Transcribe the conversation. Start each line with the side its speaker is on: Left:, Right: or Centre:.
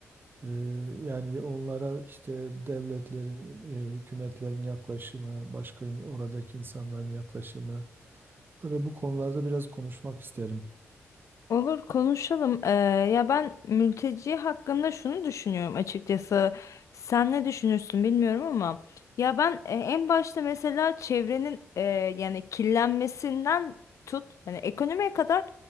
Right: Ee, Yani onlara işte devletlerin, e, hükümetlerin yaklaşımı, başka in- oradaki insanların yaklaşımı, böyle bu konularda biraz konuşmak isterim.
Left: Olur konuşalım. Ee, ya ben mülteci hakkında şunu düşünüyorum açıkçası. Sen ne düşünürsün bilmiyorum ama ya ben e, en başta mesela çevrenin e, yani kirlenmesinden tut hani ekonomiye kadar